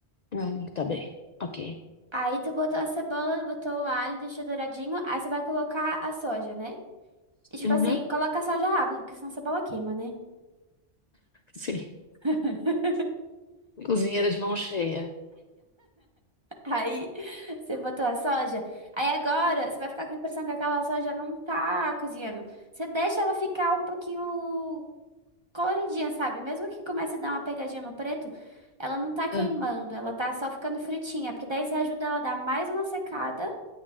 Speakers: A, on the left; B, on the right.
A: Ah, tá bem. Ok.
B: Aí tu botou a cebola, botou o alho, deixou douradinho. Aí você vai colocar a soja, né? E tipo
A: Uhum,
B: assim, coloca a soja rápido, porque senão a cebola queima, né?
A: sim.
B: <laughs>
A: Cozinheira de mão cheia.
B: Aí você botou a soja. Aí agora você vai ficar com a impressão que aquela soja não tá cozinhando. Você deixa ela ficar um pouquinho coloridinha, sabe? Mesmo que comece a dar uma pegadinha no preto, ela não tá queimando,
A: Ah.
B: ela tá só ficando fritinha, porque daí você ajuda ela a dar mais uma secada.